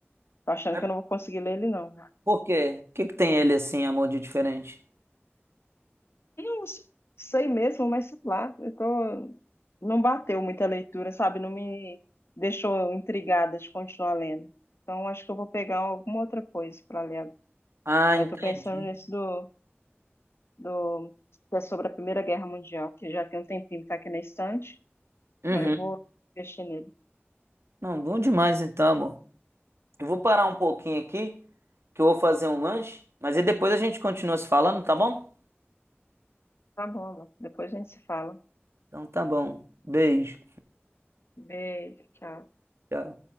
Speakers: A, on the left; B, on the right.
A: Tô achando
B: Mas
A: que eu não vou conseguir ler ele, não.
B: Por quê? O que que tem ele assim, amor, de diferente?
A: Não s- sei mesmo, mas sei lá, eu tô- não bateu muita leitura, sabe? Não me deixou intrigada de continuar lendo. Então, acho que eu vou pegar alguma outra coisa para ler.
B: Ah,
A: Aí
B: entendi.
A: tô pensando nesse do, do, que é sobre a Primeira Guerra Mundial, que já tem um tempinho que tá aqui na estante.
B: Uhum.
A: Aí eu vou mexer nele.
B: Não, bom demais então, amor. Eu vou parar um pouquinho aqui, que eu vou fazer um lanche, mas aí depois a gente continua se falando, tá bom?
A: Tá bom, amor. depois a gente se fala.
B: Então tá bom. Beijo.
A: Beijo, tchau.
B: Tchau.